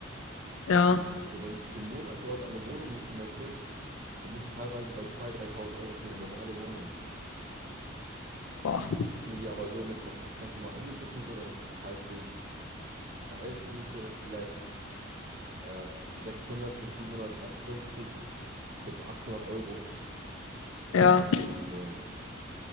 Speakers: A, on the left; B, on the right.
A: ja.
B: So, wenn du für einen Monat dort eine Wohnung mieten möchtest, dann bist du teilweise bei 2.000, 3.000 Euro für eine normale Wohnung.
A: Boah.
B: Wenn du die aber so mit Vertrag ganz normal anmietest und so, dann zahlst du Kaltmiete vielleicht äh, 600 bis 750 bis 800 Euro.
A: Ja.
B: Äh,